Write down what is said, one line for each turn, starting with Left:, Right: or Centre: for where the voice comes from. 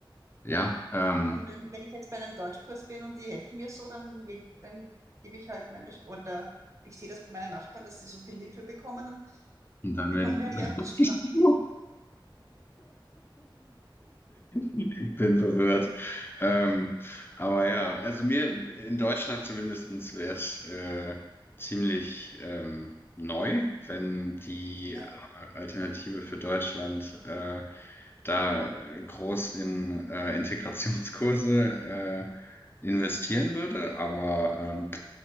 Left: Ja, ähm.
Right: Und wenn, wenn ich jetzt bei einem Deutschkurs bin und die helfen mir so, dann, will, dann gebe ich halt meine, Sch- oder ich sehe das bei meinen Nachbarn, dass sie so viel Hilfe bekommen, dann
Left: Und dann
Right: bekommen
Left: werden
Right: die
Left: die.
Right: halt eher auf die
Left: <laughs>
Right: Stimme.
Left: Ich bin verwirrt. Ähm, aber ja, also mir in Deutschland zumindestens wäre es äh, ziemlich ähm, neu, wenn die
Right: Ja,
Left: äh, Alternative für Deutschland äh, da äh, groß in äh, Integrationskurse äh, investieren würde. Aber ähm,